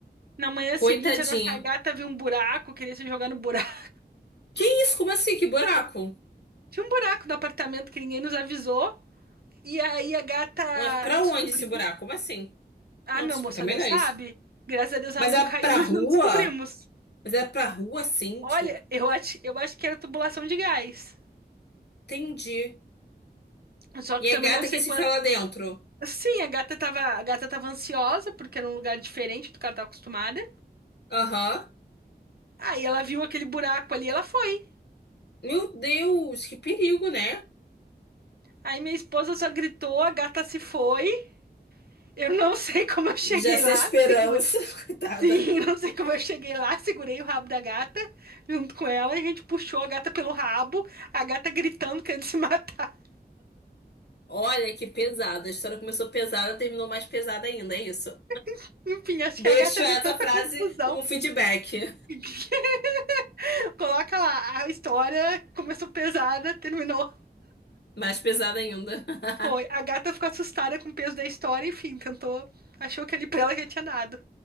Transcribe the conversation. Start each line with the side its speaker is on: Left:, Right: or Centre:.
Right: Na manhã
Left: Coitadinha.
Right: seguinte, a nossa gata viu um buraco, queria se jogar no buraco.
Left: Que isso? Como assim? Que buraco?
Right: Tinha um buraco no apartamento que ninguém nos avisou. E aí a gata
Left: Mas pra
Right: descobriu.
Left: onde esse buraco? Como assim?
Right: Ah,
Left: Não,
Right: meu
Left: te explica
Right: moça,
Left: melhor
Right: Deus sabe.
Left: isso.
Right: Graças a Deus ela
Left: Mas
Right: não
Left: é
Right: caiu,
Left: pra
Right: <laughs> nós
Left: rua?
Right: não descobrimos.
Left: Mas é pra rua, sim,
Right: Olha,
Left: tipo,
Right: eu acho, eu acho que era tubulação de gás.
Left: entendi.
Right: Só que
Left: E é
Right: também
Left: gata
Right: não sei
Left: que se
Right: quando.
Left: enfia lá dentro.
Right: Sim, a gata tava, a gata tava ansiosa, porque era um lugar diferente do que ela tava acostumada.
Left: Aham.
Right: Aí ela viu aquele buraco ali, ela foi.
Left: Meu Deus, que perigo, né?
Right: Aí minha esposa só gritou, a gata se foi. Eu não <laughs> sei como eu cheguei
Left: Já sem
Right: lá,
Left: esperança,
Right: segura.
Left: <laughs> coitada.
Right: Sim, <laughs> não sei como eu cheguei lá, segurei o rabo da gata junto com ela, e a gente puxou a gata pelo rabo, a gata gritando querendo se matar.
Left: Olha que pesada. A história começou pesada, terminou mais pesada ainda, é isso.
Right: <laughs> Enfim, acho
Left: Deixo
Right: que a gata
Left: essa
Right: viu tanta
Left: frase
Right: confusão.
Left: como feedback.
Right: <laughs> Coloca lá, a história começou pesada, terminou.
Left: Mais pesada ainda. <laughs>
Right: Foi. A gata ficou assustada com o peso da história, enfim, tentou. Achou que ali pra ela já tinha dado.